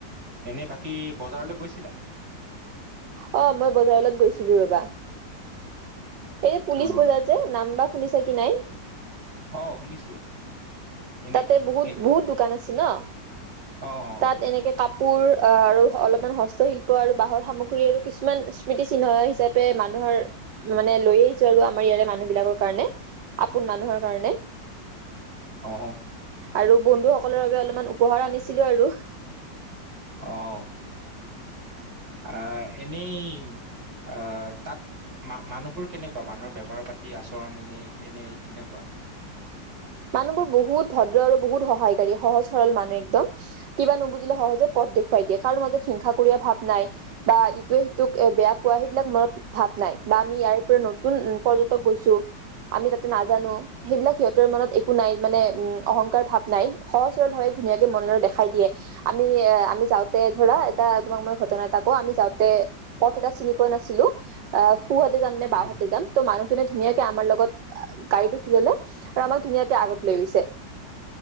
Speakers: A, on the right (about 55°); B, on the right (about 70°).
A: এনে বাকী বজাৰলৈ গৈছিলা
B: অঁ মই বজাৰ লগত গৈছিলো ৰবা এই পুলিচ
A: হয়
B: বজাৰ যে নাম্বাস শুনিছা কি নাই
A: অঁ শুনিছো এনে
B: তাতে বহুত
A: এ
B: বহুত দোকান ন
A: অ অ
B: তাত এনেকৈ কাপোৰ পুৰ আঁহ আৰু অলপমান হস্তশিল্প আৰু বাঁহৰ সামগ্ৰী আৰু কিছুমান স্মৃতি চিহ্ন হিচাপে মানুহৰ মানে লৈ আহিছো আৰু আমাৰ ইয়াৰে মানুহ বিলাকৰ কাৰণে আপোন মানুহৰ কাৰণে
A: অ
B: আৰু বন্ধুসকলৰ বাবে অলপমান পোহৰ আনিছিলো আৰু
A: অঁ আঁহ এনেই আঁহ তাত ম মানুহবোৰ কেনেকুৱা মানুহৰ ব্যৱহাৰ পাতি আচৰণ এনে এনে কেনেকুৱা
B: মানুহবোৰ বহুত ভদ্ৰ আৰু বহুত সহায়কাৰী সহজ সৰল মানুহ একদম কিবা নুবুজিলে সহজে পথ দেখুৱাই দিয়ে কাৰো মাজত হিংসা কুৰিয়া ভাৱ নাই বা ইটোৱে সিটোক বেয়া পোৱা সেইবিলাক মনত ভাৱ নাই বা আমি ইয়াৰ পৰা নতুন পৰ্যটক গৈছো আমি তাতে নাজানো সেইবিলাক সিহঁতৰ মনত একো নাই, মানে উ অহংকাৰ ভাৱ নাই সহজ। ভাৱে ধুনীয়াকে মনৰে দেখাই দিয়ে। আমি আমি যাওঁতে ধৰা এটা তোমাক মই আমি যাওঁতে পথ এটা চিনি পোৱা নাছিলো আঁহ সুহাঁতে যাম নে বাওঁহাতে
A: উম,
B: যাম ত মানুহ ধুনীয়াকে আমাৰত গাড়ীটো লে আৰু আমাক ধুনীয়াকে আগত লৈ গৈছে